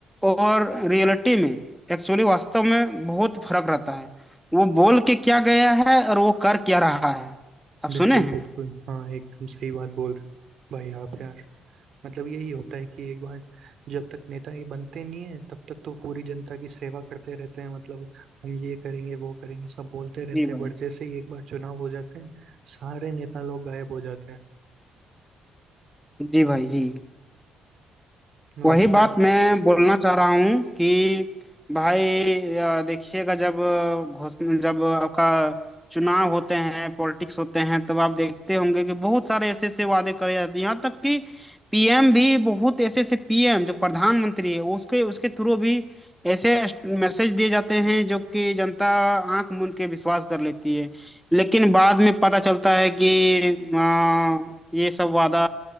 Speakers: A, in the centre; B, on the right.
A: और रियलिटी में एक्चुअली वास्तव में बहुत फर्क रहता है वो बोल के क्या गया है और वो कर क्या रहा है आप
B: बिल्कुल
A: सुने हैं
B: बिल्कुल हाँ एकदम सही बात बोल रहे हो भाई आप यार मतलब यही होता है कि एक बार जब तक नेता ही बनते नहीं है तब तक तो पूरी जनता की सेवा करते रहते हैं मतलब हम ये करेंगे वो करेंगे सब बोलते रहते
A: जी
B: हैं
A: भाई
B: बट जैसे ही एक बार चुनाव हो जाते हैं सारे नेता लोग गायब हो जाते हैं
A: जी भाई जी
B: और
A: वही बात
B: हर
A: मैं बोलना चाह रहा हूँ कि भाई अ, देखिएगा जब घोषणा जब आपका चुनाव होते हैं पॉलिटिक्स होते हैं तब आप देखते होंगे कि बहुत सारे ऐसे ऐसे वादे करे जाते हैं यहाँ तक कि पीएम भी बहुत ऐसे ऐसे पीएम जो प्रधानमंत्री है उसके उसके थ्रू भी ऐसे मैसेज दिए जाते हैं जो कि जनता आंख मूंद के विश्वास कर लेती है लेकिन बाद में पता चलता है कि अ, ये सब वादा